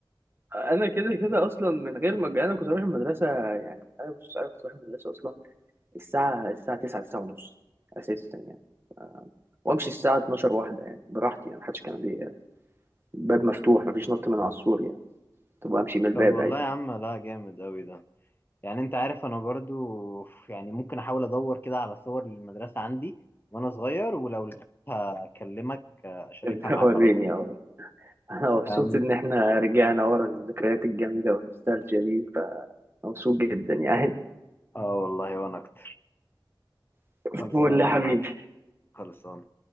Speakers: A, on the right (about 30°); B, on the left (about 25°).
A: انا كده كده اصلا من غير ما انا كنت اروح المدرسه يعني انا بص انا كنت اروح المدرسه اصلا الساعه الساعه 9 9 ونص اساسا يعني وامشي الساعه 12 واحده يعني براحتي يعني محدش كان بي الباب مفتوح مفيش نط من على السور يعني كنت بمشي من الباب
B: طب والله
A: عادي
B: يا عم لا جامد قوي ده يعني انت عارف انا برضو يعني ممكن احاول ادور كده على صور للمدرسه عندي وانا صغير ولو لقيتها اكلمك آه، اشاركها
A: <laughs>
B: معاك
A: وريني
B: على طول
A: <laughs> انا مبسوط
B: يا عم
A: ان احنا رجعنا ورا للذكريات الجميله والنوستالجيا دي فمبسوط جدا يعني
B: اه والله وانا اكتر
A: <laughs>
B: خلصانة
A: قول لي يا حبيبي
B: يا معلم خلصانة